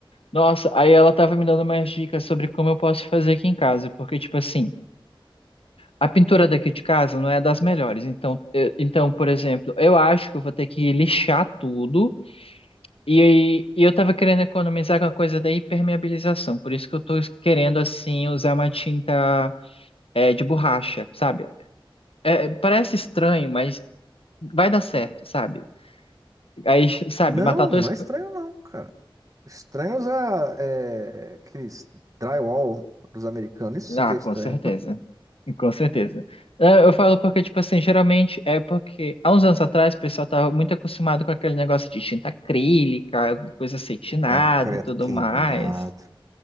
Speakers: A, on the left; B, on the right.
A: Nossa, aí ela tava me dando mais dicas sobre como eu posso fazer aqui em casa, porque, tipo assim, a pintura daqui de casa não é das melhores. Então, eu- então, por exemplo, eu acho que eu vou ter que lixar tudo. E, aí- e eu tava querendo economizar com a coisa da impermeabilização, por isso que eu tô querendo, assim, usar uma tinta é, de borracha, sabe? É, parece estranho, mas vai dar certo, sabe? Aí, sabe,
B: Não,
A: matar todas.
B: não é estranho não, cara. Estranho usar é, aqueles drywall dos americanos, isso sim
A: Ah,
B: que é
A: com
B: estranho.
A: certeza. Com certeza. É, Eu falo porque, tipo assim, geralmente é porque há uns anos atrás o pessoal tava muito acostumado com aquele negócio de tinta acrílica, coisa acetinada
B: Concreto
A: e tudo
B: queimado.
A: mais.